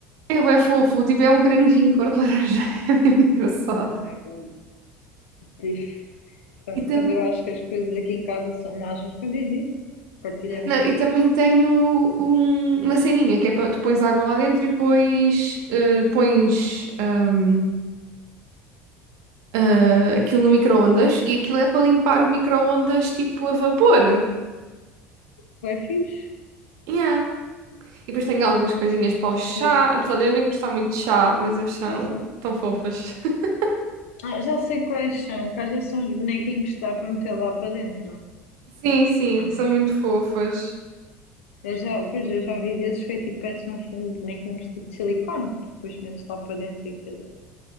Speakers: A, on the right (about 50°); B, on the left (about 65°).
A: É, bué fofo, tipo, é um caranguejinho cor de laranja, <laughs> é bem engraçado.
B: oh my God. Diz- Quando,
A: E também,
B: quando eu acho que as coisas aqui em casa são más, mas quando diz isto, partilha mais.
A: Não, e também tenho um- uma ceninha que é para tu pões água lá dentro e depois eh, pões ahm, ah, aquilo no micro-ondas e aquilo é para limpar o micro-ondas tipo a vapor.
B: Foi fixe.
A: Yeah. E depois tenho algumas coisinhas para o chá,
B: Diz,
A: apesar de eu nem gostar muito de chá, mas eles são
B: sim, sim.
A: tão fofas. <laughs>
B: Ah, já sei quais são, que às vezes são os bonequinhos que dá para meter lá para dentro,
A: Sim, sim,
B: ou não?
A: são muito fofas.
B: Eu já, pois, eu já vi desses, foi tipo, parece uns bonequinhos tipo de silicone, que depois metes lá para dentro e aquilo.